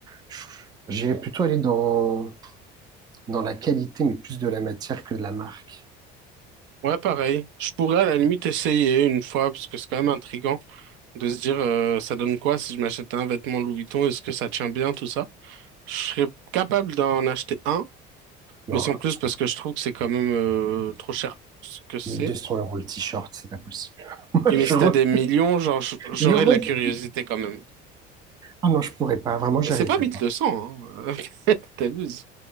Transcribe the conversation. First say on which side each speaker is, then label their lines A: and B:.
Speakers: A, on the right; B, on the right.
A: Je- J'irai plutôt aller dans, dans la qualité, mais plus de la matière que de la marque.
B: Ouais, pareil. Je pourrais à la limite essayer une fois, parce que c'est quand même intriguant de se dire, euh, ça donne quoi si je m'achète un vêtement Louis Vuitton, est-ce que ça tient bien, tout ça? Je serais capable d'en acheter un
A: Non,
B: Mais sans plus,
A: impossible.
B: parce que je trouve que c'est quand même euh, trop cher pour ce que c'est.
A: 1200 euros le t-shirt, c'est pas possible. <laughs>
B: Et mais si t'as des millions, genre, j- j'aurais
A: Je, re-
B: de la curiosité
A: je
B: quand même.
A: Ah non, je pourrais pas, vraiment, j'y
B: Mais c'est
A: arriverais
B: pas 1200,
A: pas.
B: hein. <laughs> T'abuses.